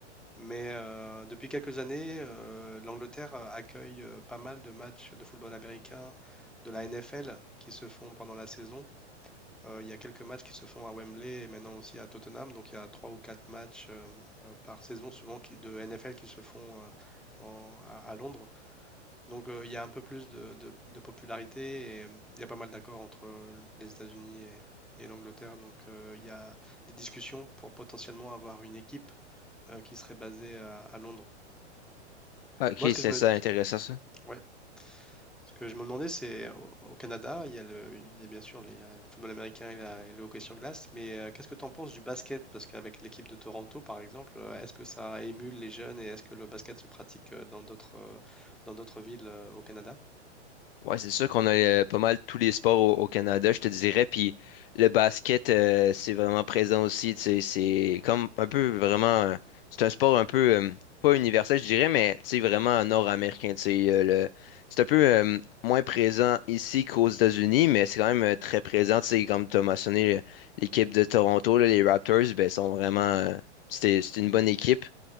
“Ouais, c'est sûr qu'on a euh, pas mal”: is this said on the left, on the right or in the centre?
Left